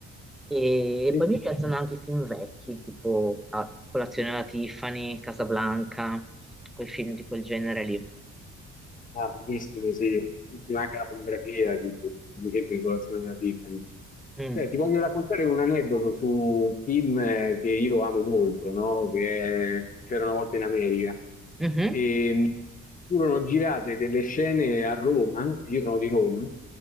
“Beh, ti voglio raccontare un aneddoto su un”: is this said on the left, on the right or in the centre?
Left